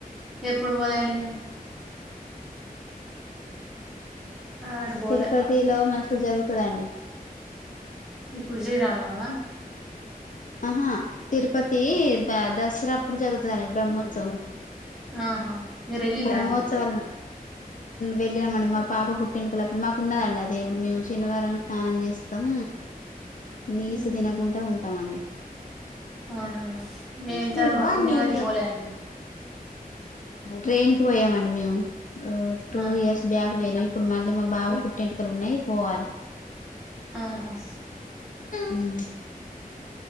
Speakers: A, in the centre; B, on the left.
A: ఎప్పుడు పోలే అండి మేము అటు పోలే
B: తిరుపతిలో మస్ జరుగుతదండి
A: ఇప్పుడు శ్రీరామ నవమా
B: ఆహా తిరుపతి దసరా అప్పుడు జరుగుతుందిండి బ్రహ్మోత్సవం
A: ఆహా మీరు వెళ్ళిలా
B: బ్రహ్మోత్సవా
A: అండి
B: వెళ్ళామండి మా పాప పుట్టింకలప్పుడు మాకు <unintelligible> దేవుడు మేము శనివారం స్నానం చేస్తాం నీస్
A: ఉహు
B: తినకుండా ఉంటామండి
A: అవునా మేము
B: ఇ
A: ఇంత మా పుట్టినకాంచి
B: న
A: పోలే అండి
B: ట్రైన్ కి పోయామండి మేము టూ
A: ఆహా
B: ఇయర్స్ బ్యాక్ పోయినా ఇప్పుడు మళ్ళీ మా బాబు పుట్టింటికలు ఉన్నాయి పోవాలి
A: ఆహా
B: ఉమ్